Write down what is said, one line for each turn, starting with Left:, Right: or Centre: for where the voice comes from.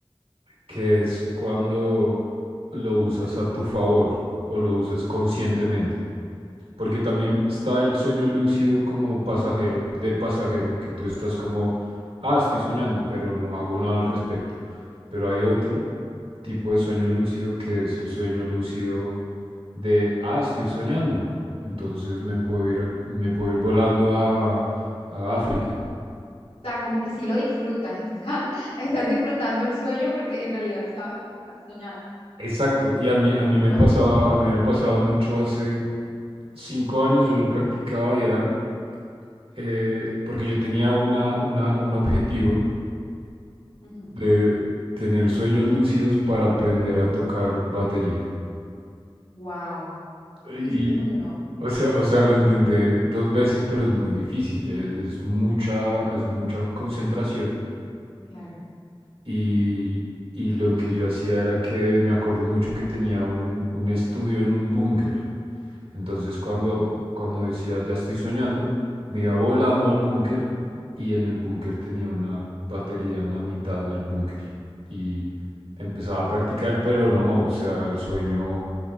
Right: que es cuando lo usas a tu favor o lo usas conscientemente. Porque también está el sueño lúcido como pasajero, de pasajero, que tú estás como, ah, estoy soñando, pero no hago nada al respecto. Pero hay otro tipo de sueño lúcido que es el sueño lúcido de, ah, estoy soñando. Entonces me puedo ir, a- me puedo ir volando a, a África.
Left: O sea, como que sí lo disfrutas, <laughs> está- estás disfrutando el sueño porque en realidad sabes que estás soñando.
Right: Exacto. Y a mí, a mí me
Left: <laughs>
Right: pasaba, a mí me pasaba mucho hace cinco años, yo lo practicaba y era, eh, porque yo tenía una, una, un objetivo
Left: Ujú.
Right: de tener sueños lúcidos para aprender a tocar batería.
Left: Wow.
Right: Y,
Left: ¿Y sí te funcionó?
Right: o sea, o sea, lo intenté dos veces, pero es muy difícil. Es, es mucha, es mucha concentración
Left: Claro.
Right: Y, y lo que yo hacía era que me acuerdo mucho que tenía un, un estudio en un búnker. Entonces cuando,
Left: Ujú.
Right: cuando decía, ya estoy soñando, me iba volando al búnker y en el búnker tenía una batería en la mitad del búnker. Y empezaba a practicar, pero no, o sea, el sueño,